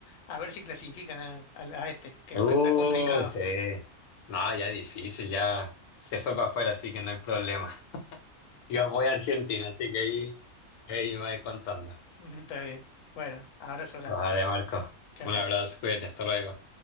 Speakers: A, on the left (about 65°); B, on the left (about 80°).
A: a ver si clasifican al- al- a, este, que
B: Uy,
A: no que está complicado.
B: sí. No, ya difícil, ya se fue para afuera, así que no hay problema. Yo voy a Argentina, así que ahí, ahí me vais contando.
A: <laughs> Está bien. Bueno, abrazo grande.
B: Vale, Marco,
A: Chao,
B: un
A: chao.
B: abrazo, cuídate, hasta luego.